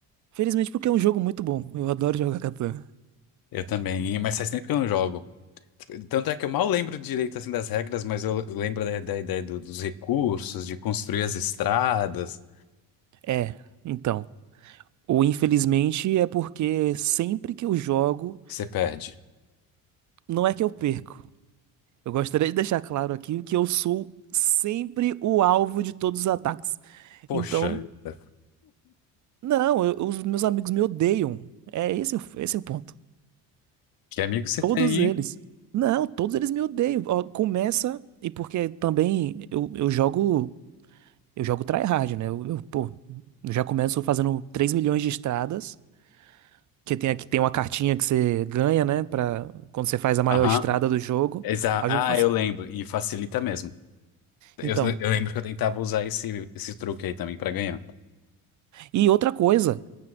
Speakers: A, on the right; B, on the left.
A: Felizmente porque é um jogo muito bom, eu adoro jogar Catan.
B: Eu também, e- mas faz tempo que eu não jogo. Tanto é que eu mal lembro direito assim das regras, mas eu lembro da, da ideia do- dos recursos, de construir as estradas.
A: É, então. O infelizmente é porque sempre que eu jogo,
B: Você perde.
A: não é que eu perco. Eu gostaria de deixar claro aqui que eu sou sempre o alvo de todos os ataques.
B: Poxa
A: Então,
B: vida.
A: não, eu- os meus amigos me odeiam. É esse, o- esse é o ponto.
B: Que amigo você
A: Todos
B: tem,
A: eles.
B: hein?
A: Não, todos eles me odeiam. Ó, começa, e porque também eu, eu jogo, eu jogo tryhard, né? Eu, eu, pô, eu já começo fazendo 3 milhões de estradas, que tem aqui tem uma cartinha que você ganha, né, para quando você faz a maior
B: Aham.
A: estrada do jogo.
B: Exa
A: Aí
B: ah,
A: eu faço.
B: eu lembro. E facilita mesmo. Eu,
A: Então,
B: eu lembro que eu tentava usar esse, esse truque aí também pra ganhar.
A: e outra coisa,